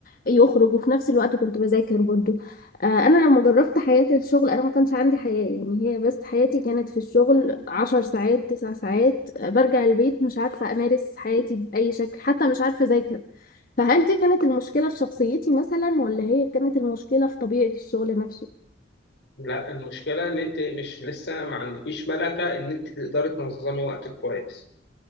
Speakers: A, on the left; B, on the left.
A: يخرج وفي نفس الوقت كنت بذاكر برضه آه، أنا لما جربت حياة الشغل أنا ما كانش عندي حياة يعني هي بس حياتي كانت في الشغل عشر ساعات تسع ساعات آه، برجع البيت مش عارفة أمارس حياتي بأي شكل حتى مش عارفة أذاكر فهل دي كانت المشكلة في شخصيتي مثلا ولا هي كانت المشكلة في طبيعة الشغل نفسه
B: لا المشكلة إن أنت مش لسه ما عندكيش ملكة إن أنت تقدري تنظمي وقتك كويس